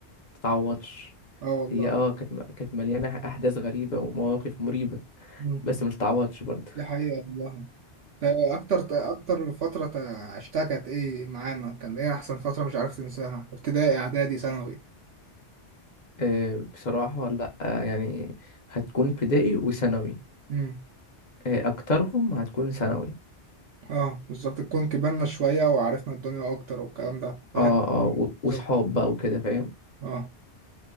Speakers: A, on the left; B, on the right.
A: متتعوضش
B: اه والله،
A: هي اه كانت كانت مليانه احداث غريبه ومواقف مريبه
B: مم.
A: بس ما تتعوضش برضه
B: دي حقيقة والله، تا- اكتر تا- اكتر فترة تا- عشتها كانت ايه معانا؟ كان ايه احسن فترة مش عارف تنساها؟ ابتدائي اعدادي ثانوي،
A: آه، بصراحه لا آه، يعني هتكون ابتدائي وثانوي
B: امم
A: آه، اكترهم هتكون ثانوي
B: اه بالظبط تكون كبرنا شوية وعرفنا الدنيا اكتر والكلام ده، واحد
A: اه اه و- وصحاب
B: بالظبط
A: بقى وكده فاهم
B: اه